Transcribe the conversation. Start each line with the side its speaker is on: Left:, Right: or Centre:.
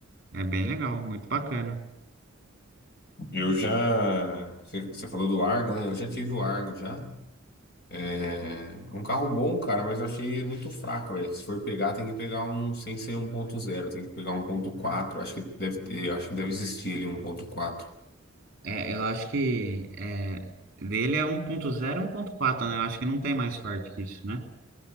Right: É bem legal, muito bacana.
Left: Eu já. Você você falou do Argo, né? Eu já tive o Argo já. É um carro bom, cara, mas eu achei muito fraco, velho. Se for pegar, tem que pegar um sem ser 1.0, tem que pegar um 1.4. Acho que deve ter, eu acho que deve existir ali um 1.4.
Right: É, eu acho que é, dele é 1.0 e um ponto quatro né? Eu acho que não tem mais forte que isso, né?